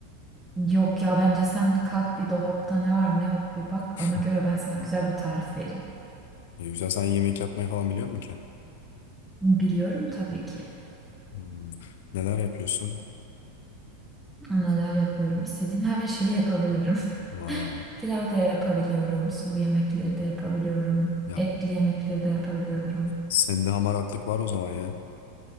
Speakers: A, in the centre; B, on the left (about 70°).
A: Yok ya bence sen kalk bir dolapta ne var ne yok bir bak.
B: <laughs>
A: Ona göre ben sana güzel bir tarif vereyim.
B: Ne güzel sen yemek yapmayı falan biliyor musun ki?
A: Biliyorum tabii ki
B: Hmm, Neler yapıyorsun?
A: neler yapıyorum. İstediğin her şeyi yapabilirim.
B: Vay.
A: <laughs> Pilav da yapabiliyorum, sulu yemekleri de yapabiliyorum,
B: Ya
A: etli yemekleri de yapabiliyorum.
B: sende hamaratlık var o zaman ya.